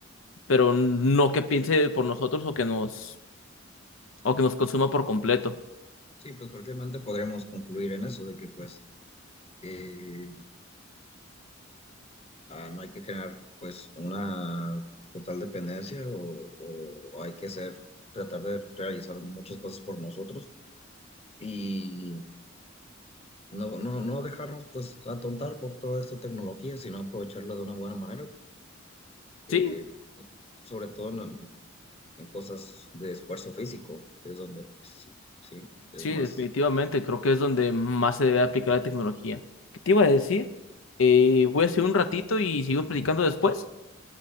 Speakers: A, on the left (about 80°); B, on the left (about 30°).
A: pero no que piense por nosotros o que nos, o que nos consuma por completo.
B: Sí, pues prácticamente podríamos concluir en eso, de que pues eh, ah, no hay que generar pues una total dependencia o, o hay que ser, tratar de realizar muchas cosas por nosotros y no, no, no dejarnos pues atontar por toda esta tecnología, sino aprovecharla de una buena manera, eh,
A: Sí,
B: sobre todo en, en cosas de esfuerzo físico, que es donde pues, sí, sí, es
A: sí,
B: más.
A: definitivamente, creo que es donde más se debe aplicar la tecnología. ¿Qué te iba a decir? Eh, voy a hacer un ratito y sigo platicando después.